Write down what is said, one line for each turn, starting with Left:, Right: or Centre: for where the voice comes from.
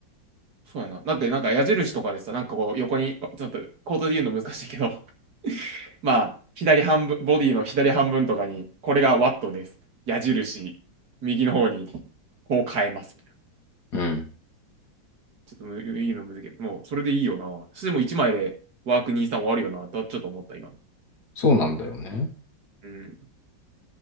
Right: そうやな。だってなんか矢印とかでさ、なんかこう横に、ちょっとコードで言うの難しいけど、<laughs> まあ、左半分、ボディの左半分とかに、これがワットです。矢印、右の方に、こう変えます。みたいな
Left: うん。
Right: ちょっとむ言うの難しいけど、もうそれでいいよな。そしてもう1枚でワークにじゅうさん終わるよな、とちょっと思った、今。
Left: そうなんだよね。
Right: うん。